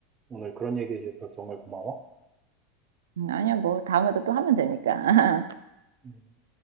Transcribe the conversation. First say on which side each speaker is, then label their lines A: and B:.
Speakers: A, on the right; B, on the right.
A: 오늘 그런 얘기해 주셔서 정말 고마워.
B: 음, 아니야, 뭐, 다음에도 또 하면 되니까. <laughs>
A: 음.